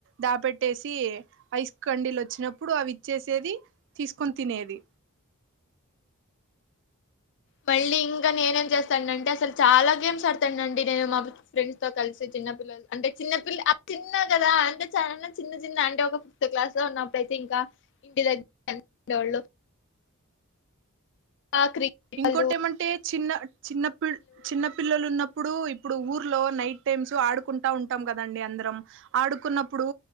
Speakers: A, on the right; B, on the left.
A: దాపెట్టేసి ఐస్ కండీలు వచ్చినప్పుడు అవి ఇచ్చేసేది తీసుకొని తినేది
B: మళ్ళీ ఇంకా నేనేం చేస్తాను అంటే అసలు చాలా గేమ్స్ ఆడతా అండి నేను మా ఫ్రెండ్స్ తో కలిసి చిన్న పిల్లలు అంటే చిన్నపిల్ల చిన్న కదా అంటే చాలా చిన్న చిన్న అంటే ఒక ఫిఫ్త్ క్లాస్ లో ఉన్నప్పుడయితే ఇంకా ఇంటి దెగ్గర ఉండేవోల్లు ఆకరి <unintelligible>
A: ఇంకోటి ఏమంటే చిన్న చిన్నపిల్ చిన్న పిల్లలున్న ఇప్పుడు ఇప్పుడు ఊర్లో నైట్ టైమ్స్ ఆడుకుంటా ఉంటాం కదండి అందరం ఆడుకున్నప్పుడు